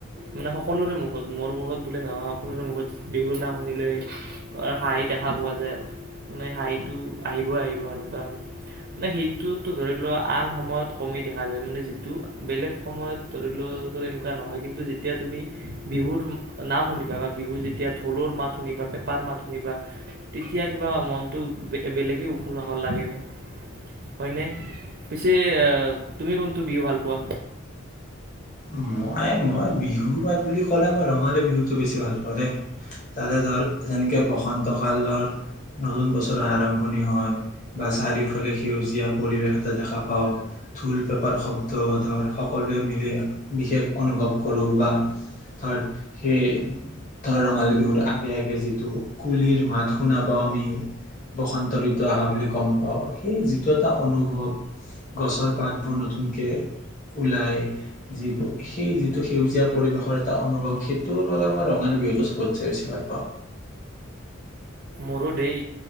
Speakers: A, on the right (about 50°); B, on the left (about 40°).
A: মানে সকলোৰে মুখত মোৰ মুখত বুলি নহয় সকলোৰে মুখত বিহুৰ নাম শুনিলে হাঁহি দেখা পোৱা যায় আৰু মানে হাঁহ সটো আহিবই আহিব এনেকুৱা আৰু মানে সেইটোতো ধৰি লোৱা আন সময়ত কমেই দেখা যায় মানে যিটো বেলেগ সময়ত ধৰি লোৱা এনেকুৱা নহয় কিন্তু যেতিয়া তুমি বিহুৰ নাম শুনিবা বা বিহু যেতিয়া ঢোলৰ মাত শুনিবা পেঁপাৰ মাত শুনিবা তেতিয়া কিবা মনটো বেলেগে উখল মাখল লাগে ন হয়নে পিছে তুমি কোনটো বিহু ভাল পোৱা
B: মই মই বিহু বুলি ক'লে মই ৰঙালী বিহুতটো বেছি ভাল পাওঁ দেই তাতে ধৰ যেনেকে বসন্ত কালৰ নতুন বছৰৰ আৰম্ভণি হয় বা চাৰিওফালে সেউজীয়া পৰিৱেশ এটা দেখা পাওঁ ঢোল পেপাৰ শব্দ ধৰ সকলোৱে মিলি বিশেষ অনুভৱ কৰোঁ বা ধৰ সেই ধৰ ৰঙালী বিহুৰ আগে আগে যিটো কুলিৰ মাত শুনা পাওঁ আমি বসন্ত ঋতু অা বুলি গম পাওঁ সেই যিটো এটা অনুভৱ গছৰ পাতবোৰ নতুনকৈ ওলাই যিবোৰ সেই যিটো সেউজীয়া পৰিৱেশৰ এটা অনুভৱ সেইটোৰ বাবে মই ৰঙালী বিহুটো চবতে বেছি ভাল পাওঁ
A: মৰু দেই